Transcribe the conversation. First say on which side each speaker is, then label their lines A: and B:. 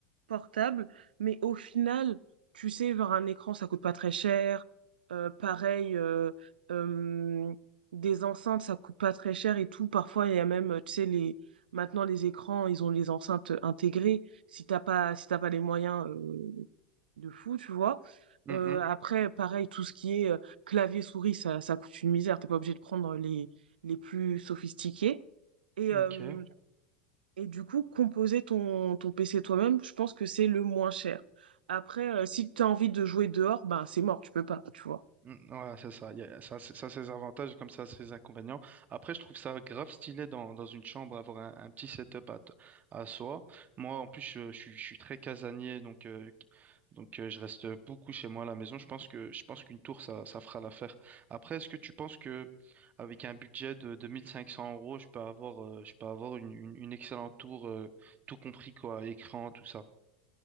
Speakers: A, on the right; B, on the right.
A: portable, mais au final, tu sais, genre un écran, ça coûte pas très cher. Euh, pareil, euh, euh, des enceintes, ça coûte pas très cher et tout. Parfois, il y a même, tu sais, les maintenant les écrans, ils ont les enceintes intégrées. Si t'as pas, si t'as pas les moyens, euh, de fou, tu vois.
B: Mhm.
A: Euh, après, pareil, tout ce qui est euh, clavier-souris, ça, ça coûte une misère. T'es pas obligé de prendre les, les plus sophistiqués. Et,
B: Ok.
A: euh, et du coup, composer ton, ton PC toi-même, je pense que c'est le moins cher. Après, euh, si tu as envie de jouer dehors, ben c'est mort, tu peux pas, tu vois.
B: Mm, Ouais, c'est ça. Il y a- ça, c'est- ça, c'est ses avantages comme ça, c'est ses inconvénients. Après, je trouve ça grave stylé dans, dans une chambre, avoir un, un petit setup à, t- à soi. Moi, en plus, je, je suis je suis très casanier, donc, euh, qui- donc euh, je reste beaucoup chez moi à la maison. Je pense que, je pense qu'une tour, ça, ça fera l'affaire. Après, est-ce que tu penses que avec un budget de, de 1500 euros, je peux avoir, euh, je peux avoir une, une, une excellente tour, euh, tout compris, quoi, écran, tout ça?